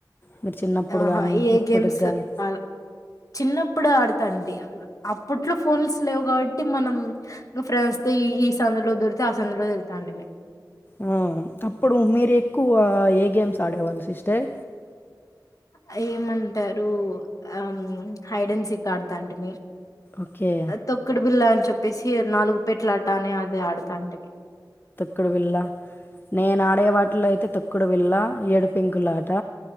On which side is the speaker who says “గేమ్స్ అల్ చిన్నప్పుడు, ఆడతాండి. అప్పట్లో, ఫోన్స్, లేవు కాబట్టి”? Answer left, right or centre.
Left